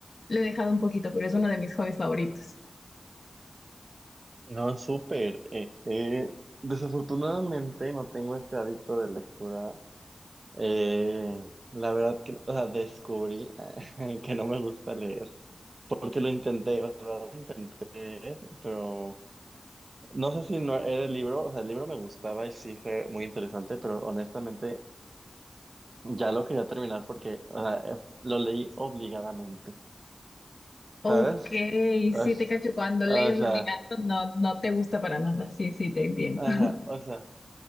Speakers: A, on the left (about 60°); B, on the right (about 55°).
A: lo he dejado un poquito, pero es uno de mis hobbies favoritos.
B: No, súper. Eh, eh, desafortunadamente no tengo este hábito de lectura. Eh, la verdad que o sea, descubrí <laughs> que no me gusta leer, porque lo intenté, o sea, lo intenté leer, pero no sé si no era el libro, o sea, el libro me gustaba y sí fue muy interesante, pero honestamente ya lo quería terminar porque o sea, eh, lo leí obligadamente.
A: Ok,
B: ¿sabes? O,
A: sí
B: s-
A: te cacho, cuando
B: o
A: lees
B: sea,
A: obligado no, no te gusta para nada, sí, sí, te entiendo.
B: ajá,
A: <laughs>
B: o sea,